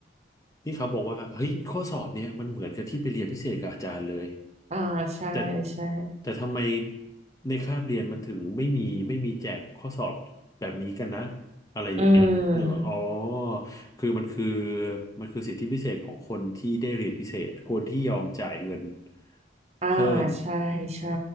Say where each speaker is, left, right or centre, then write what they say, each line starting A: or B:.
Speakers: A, on the left; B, on the right.
A: พี่เขาบอกว่าเฮ้ยข้อสอบเนี้ยมันเหมือนกับที่ไปเรียนพิเศษกับอาจารย์เลย
B: อ่าใช่ใช่
A: แต่แต่ทำไมในคาบเรียนมันถึงไม่มีไม่มีแจกข้อสอบแบบนี้กันนะอะไรอย่างเงี้ยเลยว่าอ๋อ
B: อืม
A: คือมันคือมันคือสิทธิพิเศษของคนที่ได้เรียนพิเศษคนที่ยอมจ่ายเงิน
B: อ่า
A: เพิ่ม
B: ใช่ใช่